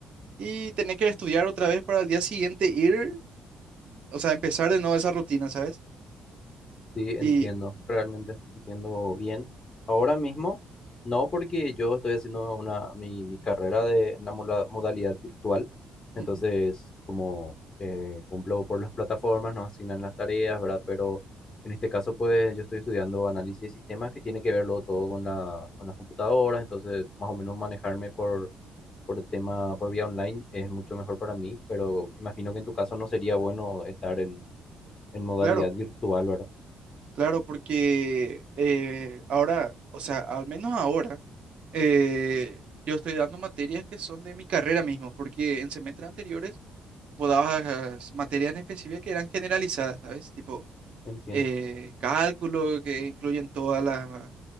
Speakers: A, on the right; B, on the left.
A: y tenés que estudiar otra vez para el día siguiente ir, o sea, empezar de nuevo esa rutina, ¿sabes?
B: Sí, entiendo,
A: Y
B: realmente entiendo bien. Ahora mismo, no porque yo estoy haciendo una, mi, mi carrera de en la modalidad virtual,
A: ujú,
B: entonces como eh, cumplo por las plataformas, nos asignan las tareas, ¿verdad? Pero en este caso, pues yo estoy estudiando análisis de sistemas que tiene que verlo todo con la, con las computadoras, entonces más o menos manejarme por, por el tema, por vía online es mucho mejor para mí, pero imagino que en tu caso no sería bueno estar en, en modalidad
A: claro,
B: virtual, ¿verdad?
A: claro, porque eh, ahora, o sea, al menos ahora, eh, yo estoy dando materias que son de mi carrera mismo, porque en semestres anteriores vos dabas materias en específico que eran generalizadas, ¿sabes? Tipo,
B: Entiendo.
A: eh, cálculo, que incluyen todas las,